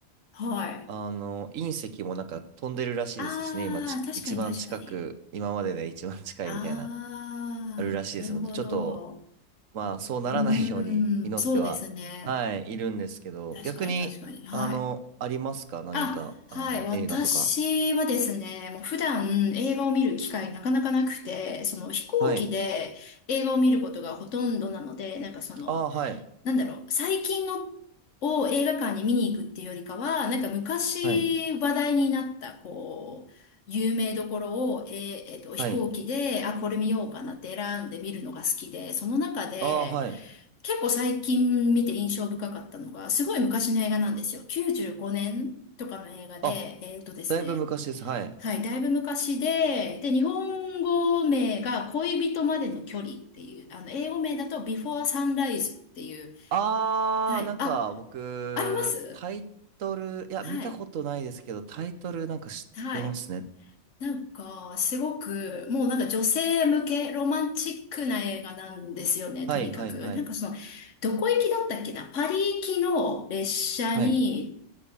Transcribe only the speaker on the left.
はい。
ああ、
確かに確かに。
ああ、
なるほど。
うーん、そうですね。
確かに確かに。
はい。
あ、はい。
私はですね、
もう普段映画を見る機会なかなかなくて、その飛行機で映画を見ることがほとんどなので、
なんかその、
なんだろう、最近のを映画館に見に行くっていうよりかは、なんか昔話題になった、
こう、有名どころを、えーえーと、飛行機で、
あ、これ見ようかなって選んで見るのが好きで、その中で、
結構最近見て印象深かったのが、すごい昔の映画なんですよ。95年とかの映画で、
えっとですね、
はい、だいぶ昔で、で、日本語名が恋人までの距離っていう、あの、英語名だと Before Sunrise っていう、
はい。
あ、あります
はい。
はい。なんか、すごく、もうなんか女性向けロマンチックな映画なんですよね、
とにかく。なんかその、どこ行きだったっけなパリ行きの列車に、